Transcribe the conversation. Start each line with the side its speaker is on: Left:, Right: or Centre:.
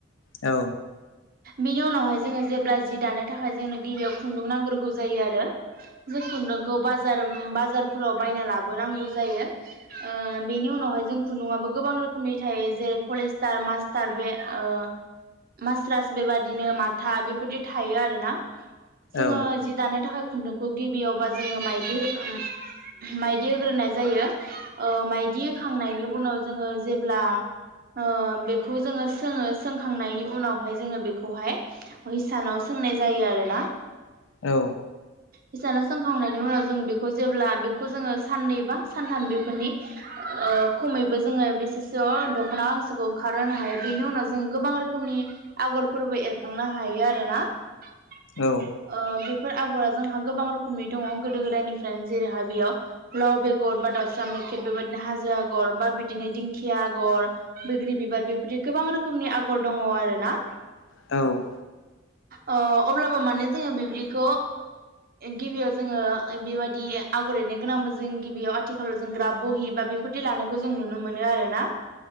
Left: औ
Right: बिनि उनावहाय जोङो जेब्ला जि दानो थाखाय जोंनो गिबियाव खुन्दुं नांग्रोगौ जायो आरो जोंखौ नोंगौ बाजार-बाजारफोराव बायना लाबोनांगौ जायो ओ बे नि उनावहाय जों खुन्दुंङाबो गोबां रोखोमनि थायो जेरै फलेस्टार मास्टार बे ओ मास्रास बेबादिनो माथा बेफोरदि थायो आरो ना जोङो
Left: औ
Right: जि दानो थाखाय खुन्दुंखौ गिबियावबा जोङो माइदि ओ माइदि होग्रोनाय जायो ओ माइदि होखांनायनि उनाव जोङो जेब्ला ओ बेखौ जोङो सोङो सोंखांनायनि उनावहाय जोङो बेखौहाय हैसानाव सों नाय जायो आरोना
Left: औ
Right: हिसानो सोंखांनायनि उनाव जों बेखौ जेब्ला बेखौ जोङो साननै बा सानथाम बेफोरनि ओ खमैबो जोङो बेसेसो दखना गांसोखौ ओंखारहोनो हायो बेनि उनाव जों गोबां रोखोमनि आगरफोरबो एरखांनो हायो आरोना ओ
Left: औ औ
Right: बेफोर आगरा जोंहा गोबां रोखोमनि दङ गोदो गोदायनिफ्रायनो जेरैहा बेयाव लाव बेगर बा दावस्रा मेख्रेब बेबायदिनो हाजो आगर बा बिदिनो दिंखिया आगर बैग्रि बिबार बेफोरदि गोबां रोखोमनि आगर दङ आरोना
Left: औ
Right: ओ अब्लाबो माने जोङो बिबदिखौ गिबियाव जोङो बेबायदि आगर एरनो गोनांबा जों गिबियाव आथिखालाव जों ग्राब बहि बा बेफोरदि लानायखौ जों नुनो मोनो आरोना